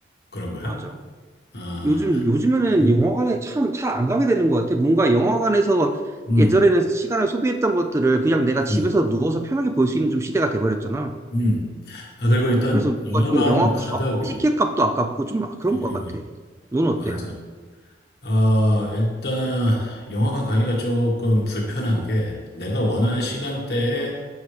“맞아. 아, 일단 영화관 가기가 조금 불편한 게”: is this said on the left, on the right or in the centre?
Left